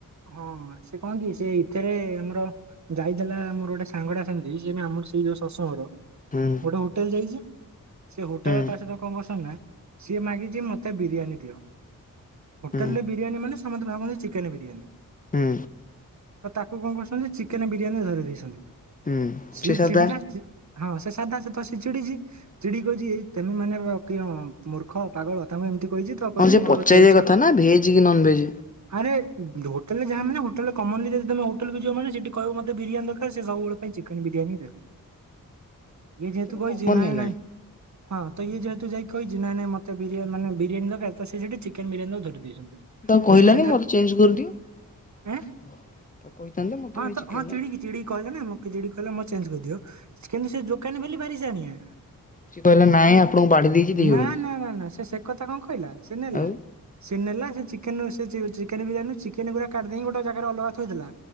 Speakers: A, on the right (about 55°); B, on the left (about 25°).
A: ହଁ ସେ କଣ କି ସେ ଏଥିରେ ଆମର ଯାଇଥିଲା ମୋର ଗୋଟେ ସାଙ୍ଗଟା ସେମିତି ସେ ବି ଆମର ସେଇ ଯୋଉ ସତ୍ସଂଗର୍।
B: ହୁଁ।
A: ସେ ହୋଟେଲ ଯାଇଚି ସେ ହୋଟେଲ
B: ହୁଁ
A: ର ତା ସହିତ କଣ କରିଚନ୍ତି ନା। ସିଏ ମାଗିଚି ମତେ ବିରିୟାନୀ ଦିଅ ହୋଟେଲରେ
B: ହୁଁ
A: ବିରିୟାନୀ ମାନେ ସେ ସମତେ ଭାବନ୍ତି ଚିକେନ ବିରିୟାନୀ।
B: ହୁଁ
A: ତ ତାକୁ କଣ କରିଚନ୍ତି ଚିକେନ ବିରିୟାନୀ ଧରେଇ ଦେଇଚନ୍ତି
B: ହୁଁ
A: ସିଏ
B: ସେ ସାଧା
A: ଚିଡିଲା ଚି ହଁ ସେ ସାଧା ସେ ତ ସ ଚିଡିଚି। ଚିଡିକି କହିଛି ଏଇ ତେମେ ମାନେ ର କିଅ ମୂର୍ଖ ପାଗଳ ତାଙ୍କୁ ଏମିତି କହିଚି ତ ତ କହିଚି
B: ହଁ ସେ
A: ମୋର
B: ପଚାରିବା
A: ଚେଞ୍ଚ୍
B: କଥା
A: କର
B: ନା ଭେଜ କି ନନ ଭେଜ।
A: ଆରେ ବ ହୋଟେ ଲ ଯାହାବି ନେ ହୋଟେଲରେ କମ୍ନଲି ଯଦି ତମେ ହୋଟେଲକୁ ଯିବ ମାନେ ସେଠି କହିବ ମତେ ବିରିୟାନି ଦରକାର ସେ ସବୁବେଳେ ପାଇଁ ଚିକେନ ବିରିୟାନି ହିଁ ଦେବେ। ଇଏ ଯେହେତୁ
B: ସେଟା
A: କହିଚି
B: କମନ
A: ନାଇଁ
B: ହେଲାଣି
A: ନାଇଁ। ହଁ ତ ଇଏ ଯେହେତୁ ଯାଇ କହିଛି ନାଇଁ ନାଇଁ ମତେ ବିରିୟାନି ମାନେ ବିରିୟାନୀ ଦରକାର ତ ସିଏ ସେଠି ଚିକେନ ବିରିୟାନୀ ତାକୁ ଧରେଇ ଦେଇଛନ୍ତି।
B: ତାଙ୍କୁ
A: ତ
B: କହିଲାନି
A: ସେ ସେଠି
B: ମୋର ଚେଞ୍ଜ କରିଦିଅ
A: ଏଁ
B: ତାଙ୍କୁ କହିଥାନ୍ତା ମତେ
A: ହଁ
B: ଭାଇ
A: ତ
B: ଚିକେନ
A: ହଁ ଚିଡିକି
B: ନାହିଁ
A: ଚିଡିକି କହିଲ ନା ମୋ ଚିକିଡି କହିଲା ମୋ ଚେଞ୍ଜ କରିଦିଅ କିନ୍ତୁ ସେ ଦୋକାନୀ ବାଲି ଭାରି ସିଆଣିଆ।
B: ସିଏ କହିଲା ନାଇଁ
A: ହେଲା
B: ଆପଣଙ୍କୁ ବାଢି ଦେଇଛି ଦେଇ
A: ନା
B: ହବନି
A: ନା ନା ନା ସେ ସେ କଥା କଣ କହିଲା ସେ ନେଲା।
B: ଆଉ
A: ସେ ନେଲା ସେ ଚିକେନ୍ ରୁ ଚିକେନ ବିରିୟାନୀରୁ ଚିକେନ ଗୁରା କାଢିଦେଇ ଗୋଟେ ଜାଗାରେ ଅଲଗା ଥୋଇଦେଲା।